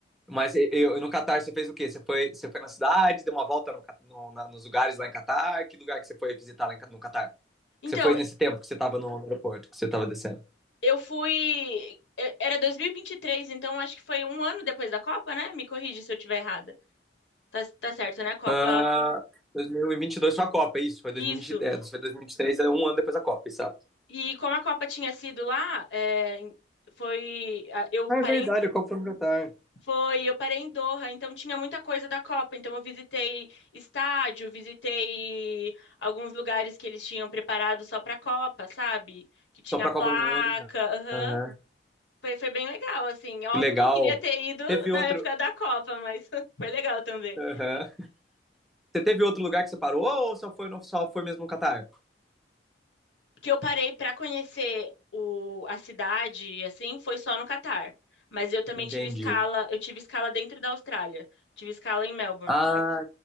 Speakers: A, in the centre; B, on the left.
A: Mas e- eu, no Catar você fez o quê? Você foi, você foi na cidade, deu uma volta no, Ca- no- na- nos lugares lá em Catar? Que lugar que você foi visitar lá em Ca- no Catar?
B: Então
A: Que você foi nesse tempo que você estava no aeroporto, que você estava descendo?
B: eu fui e- Era 2023, então acho que foi um ano depois da Copa, né? Me corrige se eu estiver errada. Tá, tá certo, né? A Copa.
A: Ah, 2022 foi a Copa, é isso. Foi
B: Isso.
A: 2023, é, foi 2023, é um ano depois da Copa, exato.
B: E como a Copa tinha sido lá, é, em- foi. a- Eu
A: Ah,
B: parei.
A: é verdade,
B: em-
A: a Copa foi no Catar.
B: Foi, eu parei em Doha, então tinha muita coisa da Copa. Então eu visitei estádio, visitei alguns lugares que eles tinham preparado só pra Copa, sabe? Que tinha
A: Só pra
B: placa,
A: Copa do Mundo. né?
B: aham.
A: Aham.
B: Foi, foi bem legal, assim. Óbvio
A: Que legal.
B: que eu queria ter ido
A: Teve
B: na
A: outro.
B: época da Copa, mas <laughs> foi legal também.
A: aham. Você teve outro lugar que você parou ou só foi, no, só foi mesmo no Catar?
B: que eu parei para conhecer o, a cidade, assim, foi só no Catar. Mas eu também
A: Entendi.
B: tive escala, eu tive escala dentro da Austrália, tive escala em Melbourne.
A: Ah,